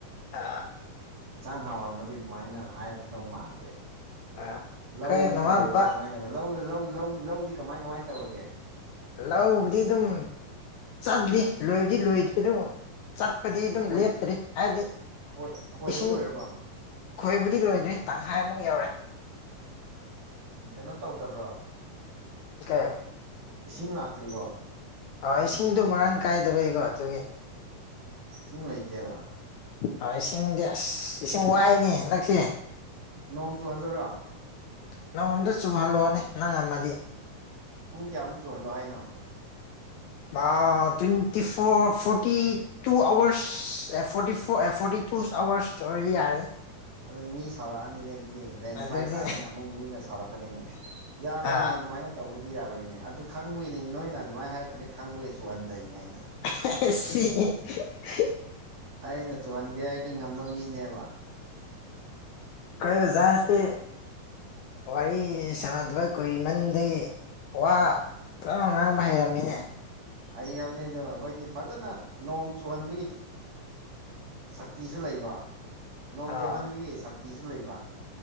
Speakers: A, on the left; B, on the right.
A: ꯑꯥ
B: ꯌꯦꯟꯁꯥꯡ ꯍꯥꯎꯔꯝꯃꯗꯤ ꯑꯗꯨꯃꯥꯏꯅ ꯍꯥꯏꯔꯛꯀꯗꯧ ꯃꯥꯟꯗꯦꯕ
A: ꯑꯥ
B: ꯂꯧꯗꯤ
A: ꯈꯣꯏ ꯃꯃꯥ
B: ꯂꯣꯏꯔꯕꯣ
A: ꯕꯕꯥ
B: ꯀꯃꯥꯏꯅ ꯇꯧꯒꯦ ꯂꯧꯗꯤ ꯂꯧꯗꯤ ꯂꯧꯗ ꯂꯧ ꯂꯧꯗꯤ ꯀꯃꯥꯏ ꯀꯃꯥꯏꯅ ꯇꯧꯔꯒꯦ
A: ꯂꯕꯨꯗꯤ ꯑꯗꯨꯝ ꯆꯠꯂꯤ ꯂꯣꯏꯕꯨꯗꯤ ꯂꯣꯏꯗꯦ ꯑꯗꯨꯝ ꯆꯠ ꯗꯤ
B: ꯈꯣꯏ
A: ꯑꯗꯨꯝ ꯂꯦꯞꯇꯔꯤ ꯍꯥꯏꯕꯗꯤ
B: ꯈꯣꯏ ꯈꯣꯏꯕ
A: ꯏꯁꯤꯡ
B: ꯂꯣꯏꯔꯕꯣ
A: ꯈꯣꯏꯕꯗꯤ ꯂꯣꯏꯗ꯭ꯔꯤ ꯇꯪꯈꯥꯏꯃꯨꯛ ꯌꯧꯔꯦ
B: ꯀꯩꯅꯣ ꯇꯧꯗꯕ꯭ꯔꯣ
A: ꯀꯥꯏ
B: ꯏꯁꯤꯡ ꯂꯥꯛꯇ꯭ꯔꯤꯕꯣ
A: ꯑ ꯏꯁꯤꯡꯗꯣ ꯃꯔꯥꯡ ꯀꯥꯏꯗꯕꯩꯀꯣ ꯑꯗꯨꯒꯤ
B: ꯏꯁꯤꯡ ꯂꯩꯇꯦꯕ
A: ꯑ ꯏꯁꯤꯡꯗꯤ ꯑꯁ ꯏꯁꯤꯡ ꯋꯥꯏꯅꯦ ꯍꯟꯗꯛꯁꯦ
B: ꯅꯣꯡ ꯆꯨꯍꯜꯂꯔꯥ
A: ꯅꯣꯡ ꯑꯃꯝꯇ ꯆꯨꯍꯜꯂꯣꯑꯣꯅꯦ ꯅꯪ ꯉꯝꯃꯗꯤ
B: ꯄꯨꯡ ꯀꯌꯥꯃꯨꯛ ꯆꯨꯍꯜꯂꯣ ꯍꯥꯏꯅꯣ
A: ꯑ twenty four forty two hours ꯑꯦ forty four forty two hours ꯑꯣꯏꯔꯗꯤ ꯌꯥꯔꯦ
B: ꯑꯗꯨ ꯃꯤ ꯁꯥꯎꯔꯛꯑꯅꯤꯅꯦ ꯑꯗꯨꯗꯤ ꯂꯦꯟꯁ꯭ꯂꯥꯏꯠ
A: ꯑꯗꯨꯗꯤ
B: ꯇꯥꯛꯑꯦꯅ ꯑꯃꯨꯛ ꯃꯤꯅ ꯁꯥꯎꯔꯛꯀꯅꯤꯅꯦ ꯌꯥꯔꯣꯏꯅꯦ
A: ꯑꯥ
B: ꯑꯗꯨꯃꯥꯏꯅ ꯇꯧꯕꯗꯤ ꯌꯥꯔꯣꯏꯅꯦ ꯑꯗꯨ ꯈꯪꯕꯒꯤꯅꯤ ꯅꯣꯏꯅ ꯑꯗꯨꯃꯥꯏꯅ ꯍꯥꯏꯔꯛꯀꯅꯤ ꯈꯪꯕꯒꯤ ꯆꯨꯍꯟꯗꯩꯅꯦ ꯑꯩꯅ
A: ꯑꯦꯁꯤ
B: ꯑꯩꯅ ꯆꯨꯍꯟꯒꯦ ꯍꯥꯏꯗꯤ ꯉꯝꯕ ꯃꯤꯅꯦꯕ
A: ꯈꯣꯏ ꯑꯣꯖꯁꯤ ꯋꯥꯔꯤꯁꯤ ꯁꯥꯟꯅꯗꯕ ꯀꯨꯏꯃꯟꯗꯥꯒꯤ ꯋꯥ ꯐꯥꯅꯥ ꯉꯥꯡꯕ ꯍꯩꯔꯝꯃꯤꯅꯦ
B: ꯍꯔꯝꯅꯤꯗꯣ ꯑꯩꯈꯣꯏꯗꯤ ꯐꯖꯅ ꯅꯣꯡ ꯆꯨꯍꯟꯕꯒꯤ ꯁꯛꯇꯤꯁꯨ ꯂꯩꯕ ꯅꯣꯡ
A: ꯑꯥ
B: ꯂꯦꯞꯍꯟꯕꯒꯤ ꯁꯛꯇꯤꯁꯨ ꯂꯩꯕ